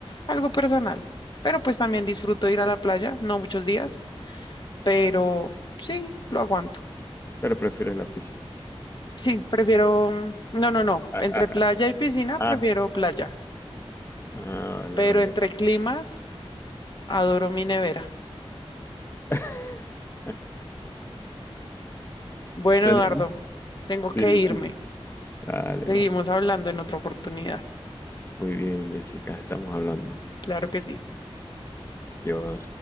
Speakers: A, on the left; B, on the left.
A: algo personal. Pero pues también disfruto ir a la playa, no muchos días, pero sí, lo aguanto.
B: Pero prefieres la piscina.
A: Sí, prefiero, mm, no, no, no,
B: <laughs>
A: entre playa y piscina
B: Ah,
A: prefiero playa,
B: ah, vale,
A: pero
B: vale.
A: entre climas adoro mi nevera.
B: <laughs>
A: Bueno,
B: Tenía...
A: Eduardo, tengo
B: Sí,
A: que irme.
B: sí. Vale,
A: Seguimos
B: vale.
A: hablando en otra oportunidad.
B: Muy bien, Jessica, estamos hablando.
A: Claro que sí.
B: Yo